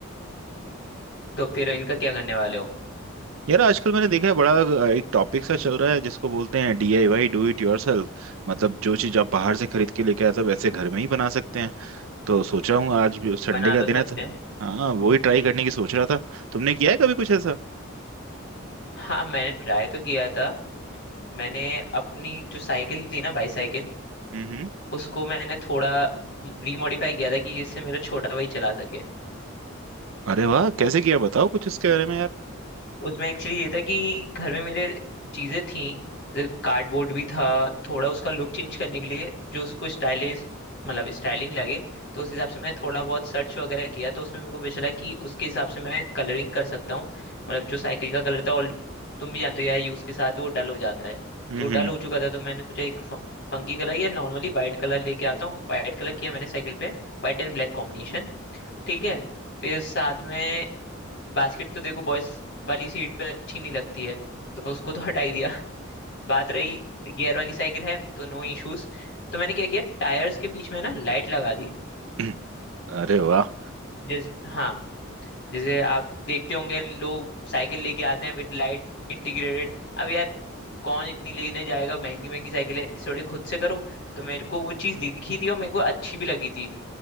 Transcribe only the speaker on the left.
तो फिर इनका क्या करने वाले हो
बना
तो
सकते
हैं
हाँ मैंने ट्राई तो किया था मैंने अपनी जो साइकिल थी ना बाईसाइकिल
उसको मैंने थोड़ा रिमॉडिफाई किया था कि जिससे मेरा छोटा भाई चला सके
उसमें एक्चुअली ये था कि घर में मेरे चीजें थी कार्डबोर्ड भी था थोड़ा उसका लुक चेंज करने के लिए जो उसको स्टाइलिश मतलब स्टाइलिंग लगे तो उस हिसाब से मैं थोड़ा बहुत सर्च वगैरह किया तो उसमें मेरे को पता चला कि उसके हिसाब से मैं कलरिंग कर सकता हूँ मतलब जो साइकिल का कलर था और तुम भी जानते हो यार यूज के साथ वो डल हो जाता है
तो डल हो चुका था तो मैंने सोचा एक फंकी कलर या नॉर्मली वाइट कलर लेके आता हूँ वाइट कलर किया मैंने साइकिल पे White and black combination ठीक है फिर साथ में बास्केट तो देखो बॉयज वाली सीट पे अच्छी नहीं लगती है तो उसको तो हटा ही दिया <laughs> बात रही गियर वाली साइकिल है तो नो इश्यूज तो मैंने क्या किया टायर्स के बीच में ना लाइट लगा दी
जैसे हाँ जैसे आप देखते होंगे लोग साइकिल लेके आते हैं विद लाइट इंटीग्रेटेड अब यार कौन इतनी लेने जाएगा महंगी महंगी साइकिल है इस थोड़ी खुद से करो तो मेरे को वो चीज़ दिखी थी और मेरे को अच्छी भी लगी थी